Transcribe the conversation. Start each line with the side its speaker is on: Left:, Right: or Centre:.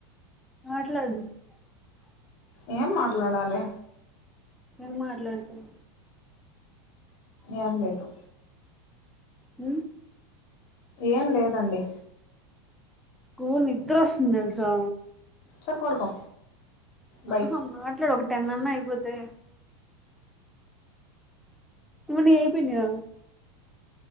Centre: మాట్లాడు
Left: ఏం మాట్లాడాలి
Centre: ఏం మాట్లాడతవ్
Left: ఏం లేదు
Centre: అ
Left: ఏం లేదండి
Centre: కూ నిద్రొస్తుంది దేలుసా
Left: సార్ పడుకో బై
Centre: అహ్హ మాట్లాడు ఒక టెన్నన్న అయిపోతే. ఇప్పుడు నీవైపొనయ